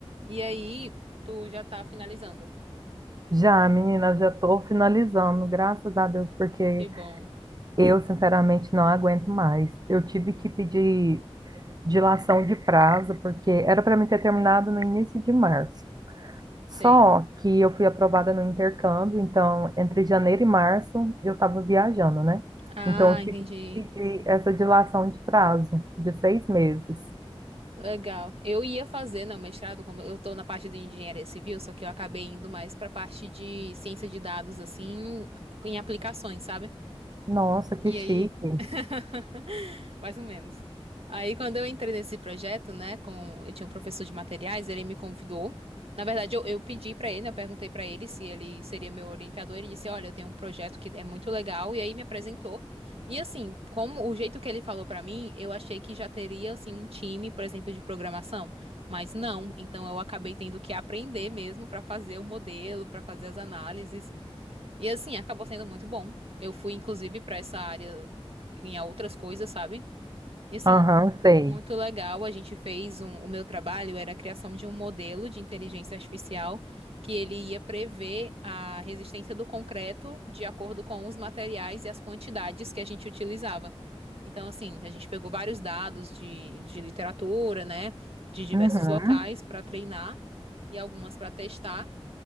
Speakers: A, on the right; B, on the right.
A: E aí, tu já tá finalizando.
B: Já, menina, já estou finalizando, graças a Deus, porque
A: Que bom,
B: eu, sinceramente, não aguento mais. Eu tive que pedir dilação de prazo, porque era para mim ter terminado no início de março.
A: sei.
B: Só que eu fui aprovada no intercâmbio, então entre janeiro e março eu estava viajando, né?
A: Ah,
B: Então eu tive
A: entendi.
B: que pedir essa dilação de prazo de seis meses.
A: Legal. Eu ia fazer, não, mestrado, como eu tô na parte de engenharia civil, só que eu acabei indo mais pra parte de ciência de dados, assim, em aplicações, sabe?
B: Nossa, que
A: E
B: chique.
A: aí? <laughs> Mais ou menos. Aí, quando eu entrei nesse projeto, né, com eu tinha um professor de materiais, ele me convidou. Na verdade, eu, eu pedi pra ele, né, eu perguntei pra ele se ele seria meu orientador. Ele disse: Olha, eu tenho um projeto que é muito legal. E aí me apresentou. E assim, como o jeito que ele falou pra mim, eu achei que já teria assim um time, por exemplo, de programação. Mas não. Então, eu acabei tendo que aprender mesmo pra fazer o modelo, pra fazer as análises. E assim, acabou sendo muito bom. Eu fui, inclusive, pra essa área em outras coisas, sabe? E assim,
B: Aham, sei.
A: muito legal. A gente fez um, o meu trabalho era a criação de um modelo de inteligência artificial que ele ia prever a resistência do concreto de acordo com os materiais e as quantidades que a gente utilizava. Então, assim, a gente pegou vários dados de, de literatura, né, de diversos
B: Uhum,
A: locais para treinar e algumas para testar.